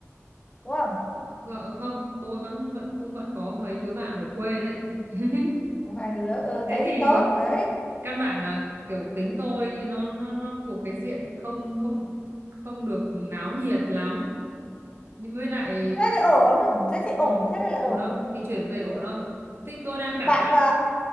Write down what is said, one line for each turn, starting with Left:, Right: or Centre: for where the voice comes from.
Left: đúng không
Right: kh- không tôi vẫn vẫn cũng vẫn có mấy đứa bạn ở quê đấy <laughs>
Left: một vài đứa ừ, thế
Right: thế thì
Left: thì tốt đấy
Right: căn bản là kiểu tính tôi nó nó nó thuộc cái diện không không không được náo nhiệt lắm nhưng với lại
Left: thế thì ổn thế thì ổn
Right: ừ,
Left: thế thì lại
Right: ổn
Left: ổn
Right: không thì chuyển về ổn không thì tôi đang cảm
Left: bạn
Right: giác
Left: mà